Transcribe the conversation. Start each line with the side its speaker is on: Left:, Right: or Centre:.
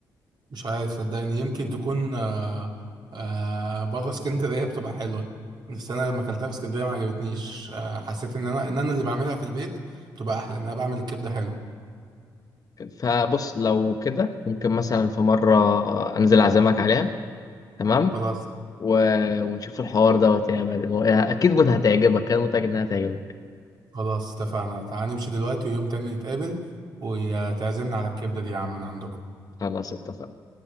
Right: مش عارف صدقني يمكن تكون آه آه بره اسكندريه بتبقى حلوه بس انا لما اكلتها في اسكندريه ما عجبتنيش آه حسيت ان انا ان انا اللي بعملها في البيت بتبقى احلى ان انا بعمل الكبده حلو
Left: فبص لو كده ممكن مثلا في مرة أنزل أعزمك عليها تمام
Right: خلاص
Left: و... ونشوف الحوار دوت يعني بعدين هو أكيد هتعجبك أنا متأكد إنها هتعجبك
Right: خلاص اتفقنا تعال نمشي دلوقتي ويوم تاني نتقابل وتعزمنا على الكبده دي يا عم من عندكم
Left: خلاص اتفقنا